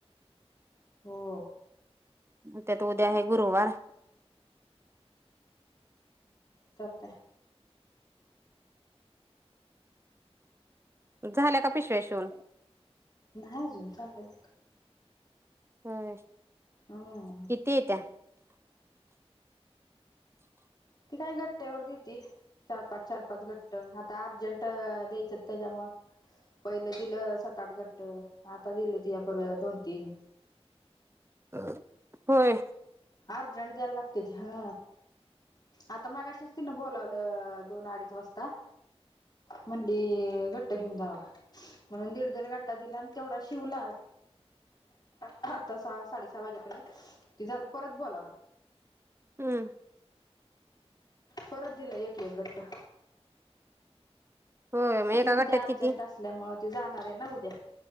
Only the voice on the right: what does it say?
त्यात उद्या आहे गुरुवार.
झाल्या का पिशव्या शिवून?
होय,
किती येत्या?
अ होय.
हम्म,
होय मग एका
गट्ट्यात
किती